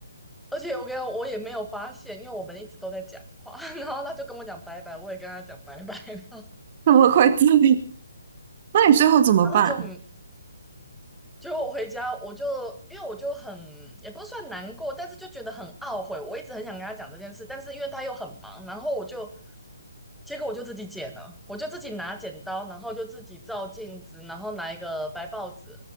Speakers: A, in the centre; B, on the right.
A: 而且我跟你讲，我也没有发现，因为我们一直都在讲话，<laughs> 然后他就跟我讲拜拜，我也跟他讲拜拜，<laughs>
B: <laughs>，怎么会这样？那你最后怎么办？
A: 然后就嗯结果我回家，我就因为我就很也不是算难过，但是就觉得很懊悔。我一直很想跟他讲这件事，但是因为他又很忙，然后我就结果我就自己剪了，我就自己拿剪刀，然后就自己照镜子，然后拿一个白报纸，